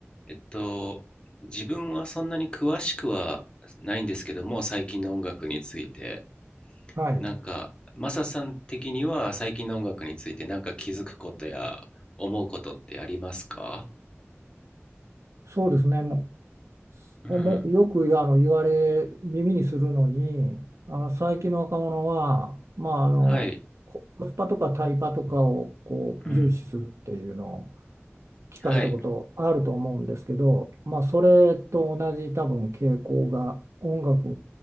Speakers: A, on the left; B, on the right.
A: えっと、自分はそんなに詳しくはないんですけども、最近の音楽について、
B: はい、
A: なんか、マサさん的には最近の音楽についてなんか気づくことや思うことってありますか
B: そうですね、も
A: うん、
B: う、もうよくあの言われ、耳にするのに、あの最近の若者は、まあ、あのココスパとかタイパとかをこう重視するっていうのを
A: はい、うん、
B: 聞かれたことあると思うんですけど、
A: はい、
B: まあ、それと同じ多分傾向が音楽